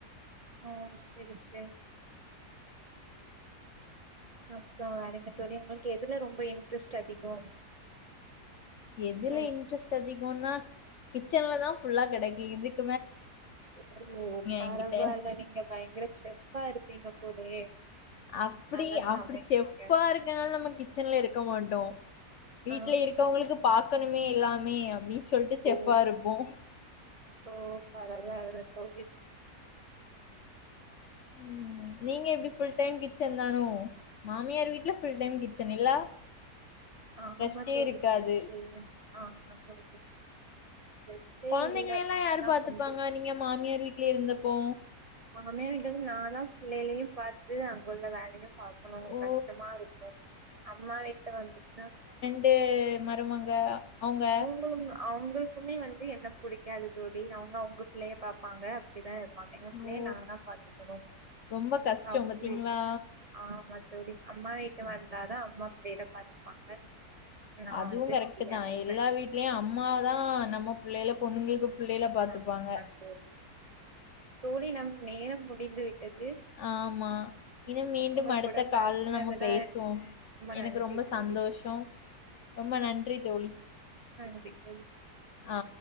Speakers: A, on the right (about 65°); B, on the left (about 65°).
A: ஓ சேரி சேரி அப்றோ வேறென்ன தோழி உங்களுக்கு எதுல ரொம்ப இன்ட்ரெஸ்ட் அதிகோ
B: எதுல
A: ம்
B: இன்ட்ரெஸ்ட் அதிகோனா கிச்சன்ல தா ஃபுல்லா கெடக்கே இதுக்
A: ஓ பரவாயில்ல
B: என்கிட்ட
A: நீங்க பயங்கர செஃப்ஃபா இருப்பீங்க போலயே
B: அப்புடி
A: நல்லா சமைக்கிறீங்க
B: அப்படி செஃப்ஃபா இருக்கனால நம்ம கிச்சன்ல இருக்க மாட்டோ வீட்ல
A: ஆ
B: இருக்கவுங்களுக்கு பாக்கணுமே எல்லாமே அப்டின் சொல்ட்டு செஃப்ஃபா
A: ஓ
B: இருப்போ
A: ஓ பரவால்ல தோழி
B: ம் நீங்க எப்டி ஃபுல் டைம் கிச்சன் தானோ மாமியார் வீட்ல ஃபுல் டைம் கிச்சன் இல்ல
A: ஆமா
B: ரெஸ்ட்டே
A: தோழி
B: இருக்காது
A: என்ன செய்ய ஆமா தோழி ரெஸ்ட்டே
B: கொழந்தைங்களயெல்லா
A: இல்ல இப்பனா
B: யாரு பாத்துப்பாங்க
A: கொஞ்ச ரெஸ்ட்
B: நீங்க மாமியார் வீட்லே இருந்தப்போ
A: மாமியா வீட்டுக்கு நாதா பிள்ளைளயு பாத் து அங்க உள்ள வேலயு பாக்கணு
B: ஓ
A: கஷ்டமா இருக்கு அம்மா வீட்ல வந்துட்னா
B: டு மருமங்க அவுங்க
A: <unintelligible> அவுங்கள் எத்துமே வந்து என்ன புடிக்காது தோழி அவுங்க அவுங்க பிள்ளைய பாப்பாங்க அப்டிதா இருப்பாங்க எங்க பிள்ளைய
B: ஓ
A: நாங்கதா பாத்துக்கணு
B: ரொம்ப கஷ்டோ
A: அப்டி
B: பாத்தீங்களா
A: ஆமா தோழி அம்மா வீட்டு வந்தாதா அம்மா பிள்ளைல பாத்துப்பாங்க நா
B: அதுவு
A: வந்து
B: கரெக்ட்டு
A: ஃப்ரீயா
B: தா
A: இருப்பே
B: எல்லா வீட்லயு அம்மா தா நம்ம புள்ளைல பொண்ணுங்களுக்கு புள்ளைல பாத்துப்பாங்க
A: ஆமா தோழி தோழி நம் நேரம் முடிந்து விட்டது
B: ஆமா இன்னு மீண்டும்
A: உங்க
B: அடுத்த
A: கூட பேசுனதுல
B: கால்ல நம்ம பேசுவோம்
A: நன்றி
B: எனக்கு ரொம்ப
A: தோழி
B: சந்தோஷோ ரொம்ப நன்றி தோழி
A: நன்றி நன்றி
B: ஆ